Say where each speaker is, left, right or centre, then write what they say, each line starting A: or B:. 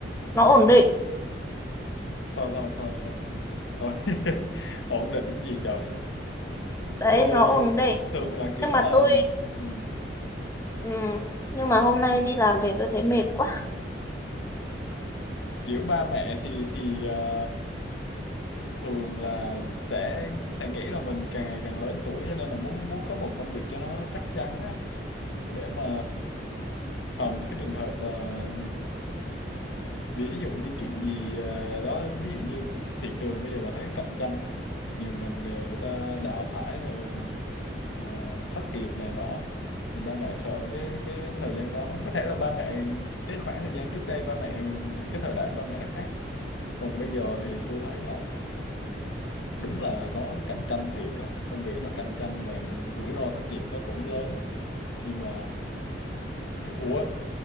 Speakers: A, on the left; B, on the left.
A: nó ổn định
B: thôi thôi thôi thôi thôi <laughs> ổn định cái gì trời
A: đấy
B: tôi
A: nó ổn định
B: thường là kiểu
A: nhưng mà
B: là
A: tôi
B: ừ,
A: Ừ, nhưng mà hôm nay đi làm về tôi thấy mệt quá.
B: kiểu ba mẹ thì thì ờ, thường là sẽ sẽ nghĩ là mình càng ngày càng lớn tuổi cho nên là muốn muốn có một công việc cho nó chắc chắn á để mà phòng cái trường hợp ờ, ví dụ như chuyện gì ờ, đó ví dụ như thị trường bây giờ bà thấy cạnh tranh á nhiều ngành nghề người ta đào thải rồi ờ, ờ, thất nghiệp này nọ thì ba mẹ sợ cái cái thời gian đó có thể là ba mẹ cái khoảng thời gian trước đây ba mẹ cái thời đại ba mẹ nó khác còn bây giờ thì tôi thấy là đúng là nó cạnh tranh thiệt á công việc nó cạnh tranh và rủi ro thất nghiệp nó cũng lớn nhưng mà Ủa